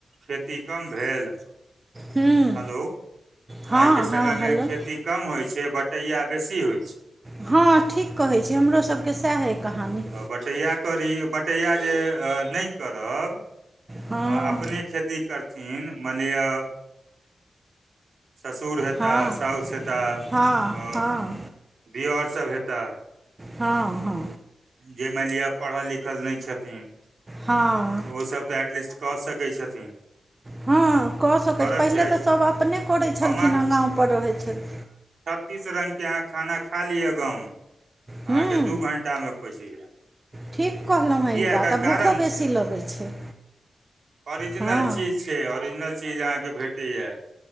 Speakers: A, on the right; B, on the right.
A: खेती कम भेल
B: ह्म्म
A: हेलो,
B: हँ
A: आइके
B: हँ
A: समयमे
B: हेलो
A: खेती कम होइ छैय बटैया बेसी होइ छै।
B: हँ ठीक कहै छै हमरो सबके सेएह अइ कहानी।
A: तऽ बटैया करी बटैया जे ए नहि करब
B: हँ
A: आ अपने खेती करथिन मनि लियऽ ससुर हेताह
B: हँ
A: साउस हेताह
B: हँ
A: अ
B: हँ
A: दीयर सभ हेता।
B: हँ हँ।
A: जे मानि लियऽ पढ़ल लिखल नै छथिन
B: हँ।
A: ओ सब तऽ एटलीस्ट कऽ सकै छथिन।
B: हँ कऽ सकै
A: करक
B: छ पहिले
A: चाही
B: तऽ सब अपने करै छलखिन
A: हम
B: हें गाँव पर रहै छल
A: तीस रङ्गके अहाँ खाना खा लियऽ गाँवमे अहाँके
B: हूँ
A: दू घण्टा मे पैच जायत।
B: ठीक कहलहुँ हें
A: किया
B: ई बात
A: एकर
B: आ
A: कारण
B: भूखो बेसी
A: छै
B: लगै छै।
A: ओरिजिनल
B: हँ
A: चीज छै ओरिजिनल चीज अहाँके भेटैये।